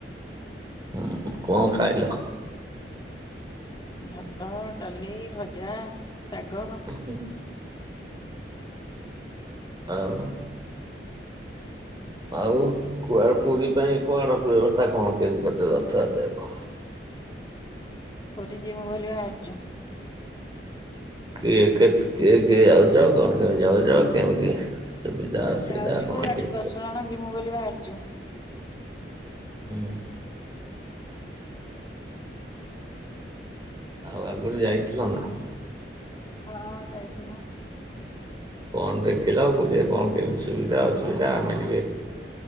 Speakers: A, on the right (about 25°); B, on the left (about 25°).
A: ହୁଁ କଣ ଖାଇଲ?
B: ଭାତ ଡାଲି ଭଜା ଶାଗ।
A: ହୁଁ। ଆଉ। ଆଉ କୁଆଡେ ପୁରୀ ପାଇଁ କଣ ବ୍ୟବସ୍ଥା କଣ କେମିତି କରିଛେ ରଥଯାତ୍ରର?
B: ପୁରୀ ଯିମୁ ବୋଲି ବାହାରିଛୁ।
A: କିଏ କେତେ କିଏ କିଏ ଯାଉଛ କଣ କେମତି ଯାଉଛ କେମିତି? ସୁବିଧା ଅସୁବିଧା
B: ଯାଉଛୁ
A: କଣ
B: ଆଠ
A: ଟିକେ
B: ଦଶ
A: କୁହ?
B: ଜଣ ଯିମୁ ବୋଲି ବାହାରିଛୁ।
A: ହଁ। ଆଉ ଆଗରୁ ଯାଇଥିଲ ନା?
B: ହଁ ଯାଇଥିନୁ।
A: କଣ ଦେଖିଲ ପୁରୀରେ କଣ କେମିତି ସୁବିଧା ଅସୁବିଧା ଆମେ ଟିକେ